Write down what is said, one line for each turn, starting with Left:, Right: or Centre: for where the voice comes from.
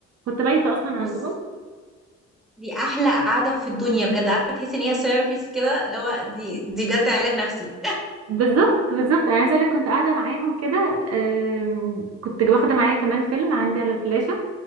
Right: كنت بايتة أصلا عندهم
Centre: بص دي احلى قعده في الدنيا بجد عارفه تحسي ان هي ثيرابيست كده اللي هو دي دي بجد علاج نفسي
Right: بالظبط بالظبط أنا عايزة أقولك كنت قاعدة معاهم كده أم، كنت واخدة معايا كمان فيلم عندي على الفلاشة